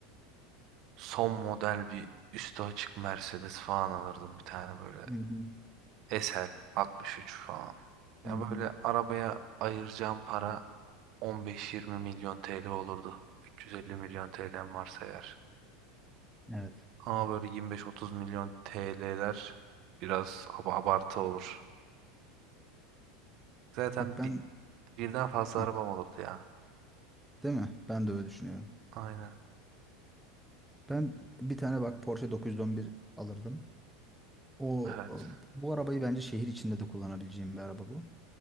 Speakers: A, on the right; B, in the centre.
A: son model bir üstü açık Mercedes falan alırdım bir tane böyle.
B: hı,
A: SL 63 falan. Ya
B: hı hı.
A: böyle arabaya ayıracağım para 15-20 milyon TL olurdu. 350 milyon TL'm varsa eğer.
B: Evet.
A: Ama böyle 25-30 milyon TL'ler biraz ab- abartı olur. Zaten
B: Bak ben
A: bi- birden fazla
B: Heh,
A: arabam olurdu ya.
B: değil mi? Ben de öyle düşünüyorum.
A: Aynen.
B: Ben bir tane bak Porsche 911 alırdım. O
A: Evet.
B: bu arabayı bence şehir içinde de kullanabileceğim bir araba bu.